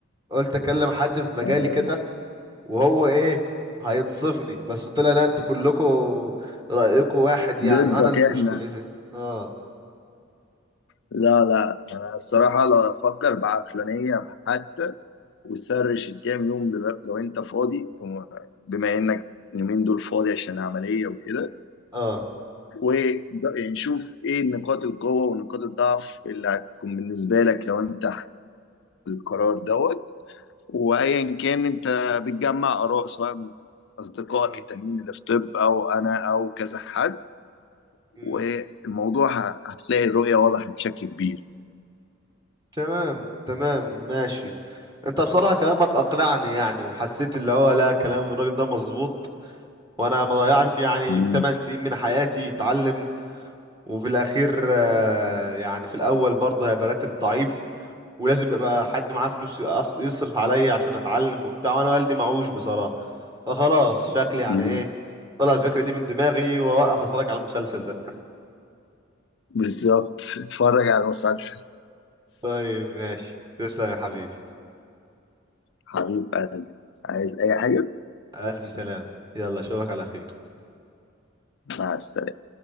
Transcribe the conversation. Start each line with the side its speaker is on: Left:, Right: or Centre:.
Right: قلت اكلم حد في مجالي
Left: آه
Right: كده وهو ايه هينصفني بس طلع لا انتوا كلكم رأيكم واحد يعني
Left: ضدك
Right: وانا المشكلة
Left: إحنا
Right: في اه
Left: لا لا أنا الصراحة لا أفكر بعقلانية حتى وسرش الكام يوم دلوقتي لو انت فاضي بم- بما انك اليومين دول فاضي عشان العملية وكده
Right: اه
Left: و يعني شوف ايه نقاط القوة ونقاط الضعف اللي هتكون بالنسبة لك لو انت القرار دوت وايا كان انت بتجمع اراء سواء من اصدقائك
Right: مم.
Left: التانيين اللي في طب او انا او كذا حد
Right: مم.
Left: والموضوع ه- هتلاقي الرؤية واضحة بشكل كبير
Right: تمام تمام ماشي انت بصراحة كلامك اقنعني يعني وحسيت اللي هو لا كلام الراجل ده مظبوط وانا ما ضيعش يعني
Left: مم.
Right: 8 سنين من حياتي اتعلم وفي الاخير آه، يعني في الاول برضه هيبقى راتب ضعيف ولازم يبقى حد معاه فلوس يقص- يصرف عليا عشان اتعلم وبتاع وانا والدي معوش بصراحة فخلاص شكلي يعني
Left: مم.
Right: ايه طلع الفكرة دي من دماغي واوقف اتفرج على المسلسل ده
Left: بالظبط اتفرج على المسلسل
Right: طيب ماشي تسلم يا حبيبي
Left: حبيب قلبي عايز اي حاجة
Right: الف سلام يلا اشوفك على خير
Left: مع السلامة